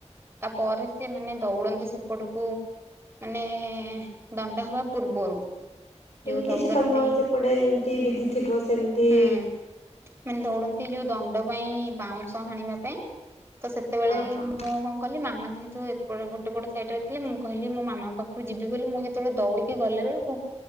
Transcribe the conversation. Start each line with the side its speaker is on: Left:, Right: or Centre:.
Right: ତାପରେ ସେ ମାନେ ଦୌଡନ୍ତି ସେ ସେପଟକୁ ମାନେ ଦଣ୍ଡ ହେବା ପୂର୍ବରୁ ଯୋଉ
Left: କିଛି
Right: ଦୌଡନ୍ତି
Left: ତମର ସେପଟେ ଯେମିତି ବିଧି ଥିବ ସେମିତି
Right: ହୁଁ ମାନେ ଦୌଡନ୍ତି ଯୋଉ ଦଣ୍ଡ ପାଇଁ ବାଉଁଶ ହାଣିବା ପାଇଁ ତ ସେତେବେଳେ
Left: ହଁ ହଁ।
Right: ମୁଁ କଣ କଲି ମାମା ଯେହେତୁ ଏପଟେ ଗୋଟେ ପଟ ସାଇଡରେ ଥିଲା ମୁଁ କିହିଲି ମୋ ମାମାଙ୍କ ପାଖକୁ ଯିବି ବୋଲି ମୁଁ ଯେତେବେଳେ ଦୌଡି କି ଗଲା ବେଳକୁ